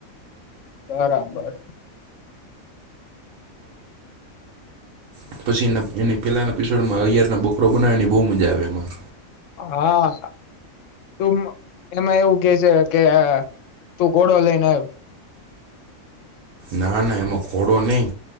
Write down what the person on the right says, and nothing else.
એ પછી એની પેલા એપિસોડમાં અયારના બોકરો બનાવવાની બહુ મજા આવે એમાં
ના ના એમાં ધોડો નઈ